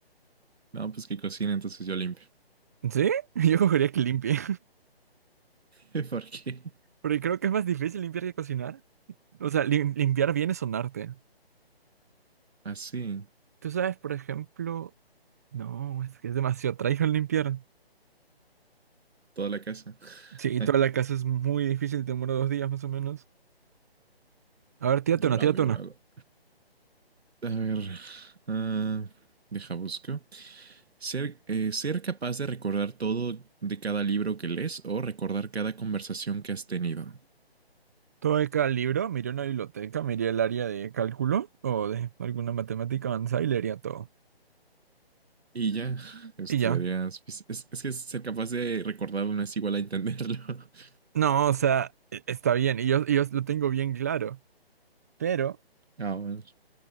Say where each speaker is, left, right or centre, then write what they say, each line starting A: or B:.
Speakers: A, on the right; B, on the right.
A: No, pues que cocina, entonces yo limpio.
B: ¿Sí? <laughs> Yo cogería que limpie.
A: <laughs> Porque
B: Porque creo que es más difícil limpiar que cocinar. O sea, lim- limpiar bien es un arte.
A: así,
B: Tú sabes, por ejemplo, no, es que es demasiado trabajo el limpiar.
A: toda la casa.
B: Sí, y
A: <laughs>
B: toda la casa es muy difícil, te demora dos días más o menos. A ver, tírate
A: Yo
B: una,
A: lo
B: tírate
A: hago, yo
B: una.
A: lo hago. A ver, ah, deja busco. Ser, eh, ser capaz de recordar todo de cada libro que lees o recordar cada conversación que has tenido.
B: Todo de cada libro, miré una biblioteca, miré el área de cálculo o de alguna matemática avanzada y leería todo.
A: Y ya, <laughs> estudiarías.
B: Y ya.
A: Es, es que ser capaz de recordarlo no es igual a entenderlo. <laughs>
B: No, o sea, e- está bien, y yo, y yo lo tengo bien claro. Pero
A: Ah, bueno, está